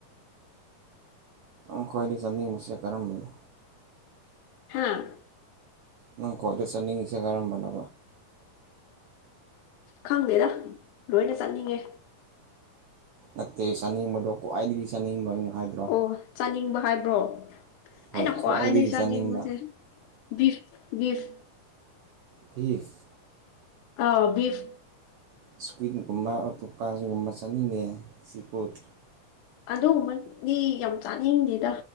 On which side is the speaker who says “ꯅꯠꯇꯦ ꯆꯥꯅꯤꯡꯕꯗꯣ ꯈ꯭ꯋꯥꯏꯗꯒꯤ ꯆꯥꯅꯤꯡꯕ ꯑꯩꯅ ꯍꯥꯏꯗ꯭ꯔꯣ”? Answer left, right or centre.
Right